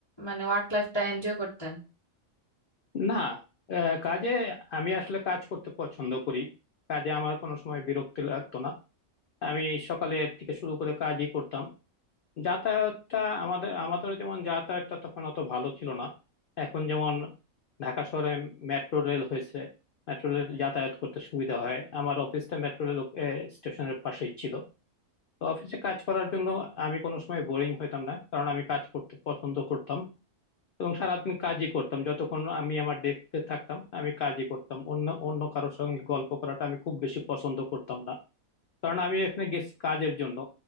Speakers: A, on the left; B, on the left.
A: মানে ওয়ার্ক লাইফটা এনজয় করতেন
B: না আহ, কাজে আমি আসলে কাজ করতে পছন্দ করি কাজে আমার কোনো সময় বিরক্তি লাগতো না আমি সকালের থেকে শুরু করে কাজই করতাম যাতায়াতটা আমাদের আমাদের যেমন যাতায়াতটা তখন অত ভালো ছিল না এখন যেমন ঢাকা শহরে মেট্রো রেল হয়েছে মেট্রো রেল যাতায়াত করতে সুবিধা হয় আমার অফিসটা মেট্রো রেল স্টেশনের পাশেই ছিল তো অফিসে কাজ করার জন্য আমি কোনো সময় বোরিং হইতাম না কারণ আমি কাজ করতে পছন্দ করতাম এবং সারাদিন কাজই করতাম যতক্ষণ আমি আমার ডেস্কে থাকতাম আমি কাজই করতাম অন্য অন্য কারোর সঙ্গে গল্প করাটা আমি খুব বেশি পছন্দ করতাম না কারণ আমি এখানে গেছি কাজের জন্য